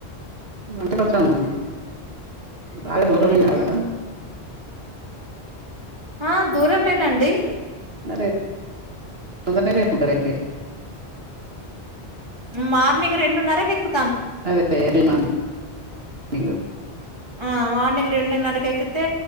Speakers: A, on the right (about 65°); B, on the right (about 25°).
A: అంటకచ్చాము బాగా దూరమ్ కాదా
B: ఆ దూరమేనండి
A: మారే తొందరనే చేరుకుంటారు అయితే
B: మార్నింగ్ రెండున్నరకు ఎక్కు
A: అదే ఎర్లీ మార్నింగ్ నింగు
B: ఆ మార్నింగ్ రెండున్నరకి ఎక్కితే